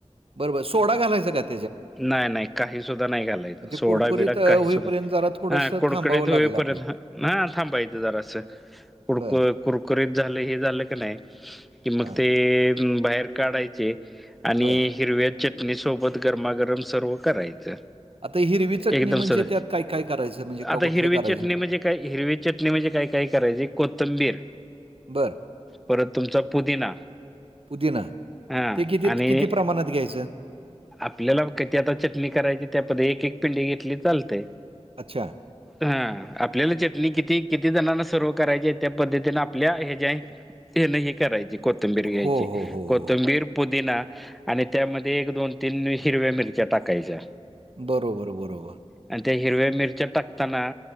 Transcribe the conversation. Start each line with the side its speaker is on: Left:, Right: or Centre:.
Right: बरोबर. सोडा घालायचं त्यात.
Centre: नाही नाही काही सुुद्धा नाही घालायचं.
Right: मग ते
Centre: सोडा
Right: कुरकुरीत
Centre: बिडा
Right: अ,
Centre: काही
Right: होईपर्यंत
Centre: सुद्धा
Right: जरा थोडंसं
Centre: हा कुडकुडीत
Right: थांबावं
Centre: होईपर्यंत
Right: लागेल आपल्याला.
Centre: हा थांबायच जरास कुडको
Right: बरं.
Centre: कुरकुरीत झालं हे झालं का नाही कि मग
Right: हां,
Centre: ते बाहेर काढायचे. आणि
Right: बरं.
Centre: हिरव्या चटणी सोबत गरमागरम सर्व करायचं.
Right: आता हिरवी चटणी
Centre: एकदम
Right: म्हणजे
Centre: सर
Right: त्यात काय-काय करायचं म्हणजे का
Centre: आता
Right: कुठलं
Centre: हिरवी
Right: करायचं?
Centre: चटणी म्हणजे काय हिरवी चटणी म्हणजे काय काय करायची कोथंबीर,
Right: बरं.
Centre: परत तुमचा पुदिना
Right: पुदिना
Centre: हा
Right: ते किती
Centre: आणि
Right: किती प्रमाणात घ्यायचं?
Centre: आपल्याला किती आता चटणी करायची त्या प एक एक पिंडी घेतली चालते.
Right: अच्छा.
Centre: हा आपल्याला चटणी किती किती जणांना सर्व करायची आहे. त्या पद्धतीने आपल्या हे ज्या, हे नाही हे करायचे. कोथंबीर घ्यायची.
Right: हो, हो, हो,
Centre: कोथंबीर,
Right: हो.
Centre: पुदिना आणि त्यामध्ये एक दोन तीन हिरव्या मिरची त्यात टाकायचं.
Right: बरोबर बरोबर.
Centre: आणि त्या हिरव्या मिरच्या टाकताना.